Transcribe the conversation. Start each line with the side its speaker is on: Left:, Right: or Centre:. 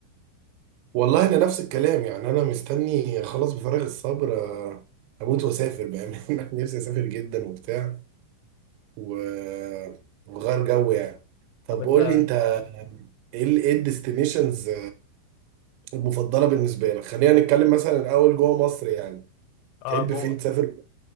Right: والله انا نفس الكلام يعني انا مستني خلاص بفارغ الصبر آه، اموت واسافر بامانه <laughs> نفسي اسافر جدا وبتاع و- وغير جو يعني طب
Left: طب انت
Right: قول لي انت ايه ال- ايه الديستنيشنز المفضله بالنسبه لك خلينا نتكلم مثلا الاول جوه مصر يعني
Left: اه
Right: تحب
Left: جوه
Right: فين تسافر